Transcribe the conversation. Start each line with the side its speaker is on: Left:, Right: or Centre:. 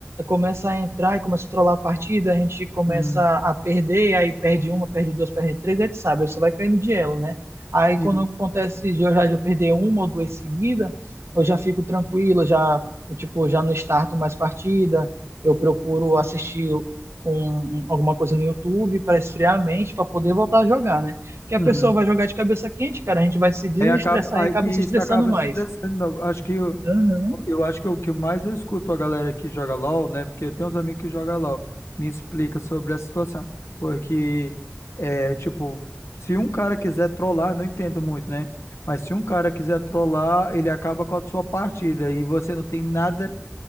Right: começam a entrar e começam a trollar a partida, a gente começa
Left: uhum.
Right: a perder, aí perde uma, perde duas, perde três, e a gente sabe, aí só vai caindo de elo, né? Aí
Left: E-
Right: quando acontece de eu já de eu perder uma ou duas seguidas, eu já fico tranquilo, eu já, eu, tipo, já não starto mais partida, eu procuro assistir um, um- alguma coisa no YouTube para esfriar a mente, para poder voltar a jogar, né? Porque a
Left: uhum.
Right: pessoa vai jogar de cabeça quente, cara, a gente vai se desestressar
Left: Aí acaba, aí
Right: e acaba se estressando
Left: isso acaba
Right: mais.
Left: se estressando. meu. Acho que eu,
Right: Uhum.
Left: eu acho que o que mais eu escuto a galera que joga LOL, né? Porque eu tenho uns amigos que jogam LOL, me explica sobre a situação. Porque, é, tipo, se um cara quiser trollar, não entendo muito, né? Mas se um cara quiser trollar, ele acaba com a sua partida e você não tem nada